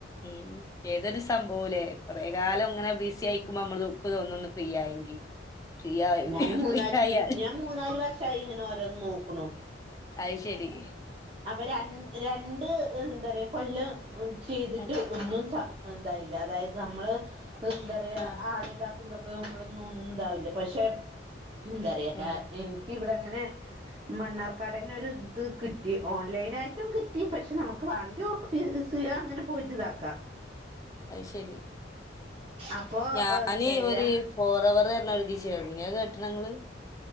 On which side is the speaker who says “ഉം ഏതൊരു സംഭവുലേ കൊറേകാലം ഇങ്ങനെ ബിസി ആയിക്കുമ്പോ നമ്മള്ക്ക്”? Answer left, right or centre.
Left